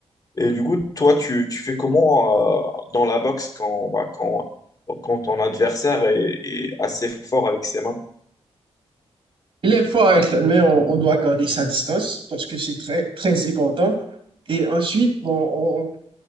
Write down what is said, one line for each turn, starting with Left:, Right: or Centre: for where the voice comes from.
Left: Et du coup, toi, tu, tu fais comment euh, dans la boxe quand, bah, quand, quand ton adversaire est, est assez fort avec ses mains?
Right: Il est fort avec le- mais on, on doit garder sa distance parce que c'est très, très important. Et ensuite, bon, on,